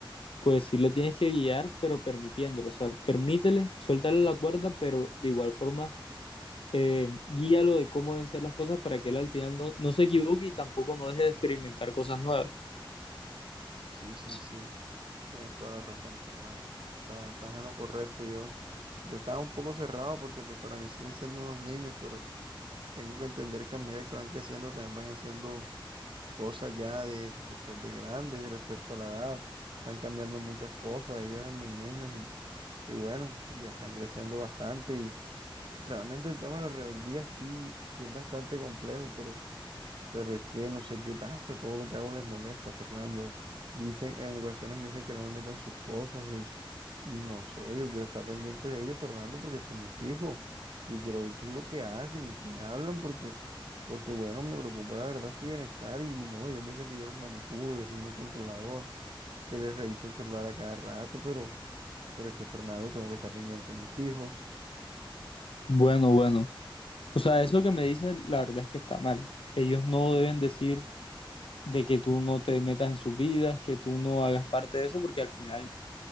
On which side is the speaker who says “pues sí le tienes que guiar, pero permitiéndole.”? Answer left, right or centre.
Left